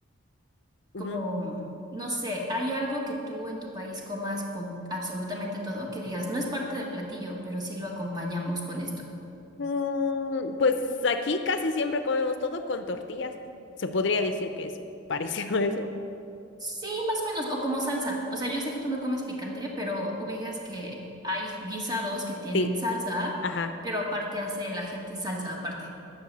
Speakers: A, on the left; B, on the right.
A: Ujú.
B: como, no sé, hay algo que tú en tu país comas con absolutamente todo, que digas, no es parte del platillo, pero sí lo acompañamos con esto.
A: Mm, pues aquí casi siempre comemos todo con tortillas. Se podría decir que es <laughs> parecido a eso.
B: Sí, más o menos, o como salsa. O sea, yo sé que tú no comes picante, pero ubicas que hay guisados que tienen
A: Sí,
B: salsa,
A: ajá.
B: pero aparte hace la gente salsa aparte.